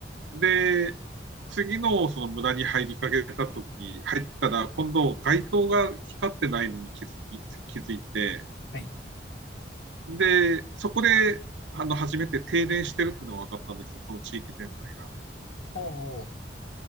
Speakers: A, on the right (about 85°); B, on the left (about 65°).
A: で、次のその村に入りかけたとき、入ったら、今度街灯が光ってないのに気づい気づいて、
B: はい。
A: で、そこで、あの、初めて停電してるっていうのが分かったんですよ、その地域全体が。
B: おー。